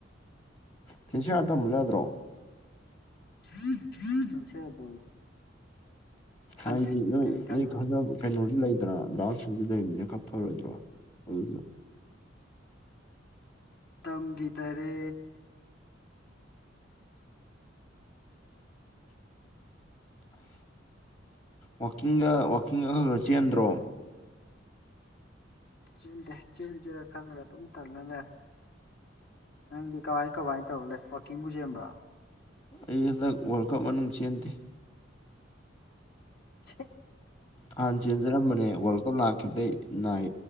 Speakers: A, on the left (about 30°); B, on the left (about 60°).
A: ꯐꯔꯥꯟꯁꯤꯌꯥꯔ ꯇꯝꯍꯜꯂꯨ ꯌꯥꯗ꯭ꯔꯣ
B: <inaudible> ꯈꯪꯗꯦ
A: ꯍꯥꯏꯗꯤ ꯅꯣꯏ
B: ꯀꯔꯤ ꯈꯜꯂꯨꯔꯕ
A: ꯅꯣꯏ ꯈꯪꯅꯕ ꯀꯩꯅꯣꯁꯨ ꯂꯩꯗꯅ ꯗꯥ ꯔ‌‌ꯁꯟꯁꯨ ꯂꯩꯕꯅꯤꯅ ꯈꯔ ꯐꯔꯣꯏꯗ꯭ꯔꯣ ꯑꯗꯨꯁꯨ
B: ꯇꯝꯒꯤꯗꯔꯦ
A: ꯋꯥꯛꯀꯤꯡꯒ ꯋꯥꯛꯀꯤꯡꯒ ꯈꯔ ꯈꯔ ꯆꯦꯟꯗ꯭ꯔꯣ
B: ꯆꯦꯟꯗꯦ ꯆꯦꯟꯁꯤꯔꯥ ꯈꯟꯕꯥꯅꯦ ꯑꯗꯨꯝ ꯇꯥꯟꯂ ꯂꯩꯔꯦ ꯅꯪꯗꯤ ꯀꯥꯏ ꯀꯃꯥꯏꯅ ꯇꯧꯔ ꯂꯩ ꯋꯥꯛꯀꯤꯡꯕꯨ ꯆꯦꯟꯕ꯭ꯔꯣ
A: ꯑꯩ ꯍꯟꯗꯛ ꯋꯥꯔꯜ ꯀꯞ ꯃꯅꯨꯡ ꯆꯦꯟꯗꯦ
B: ꯁꯤ
A: ꯍꯥꯟꯅ ꯆꯦꯟꯖꯔꯝꯕꯅꯦ ꯋꯥꯔꯜ ꯀꯞ ꯂꯥꯛꯈꯤꯕꯗꯩ ꯅꯥꯏ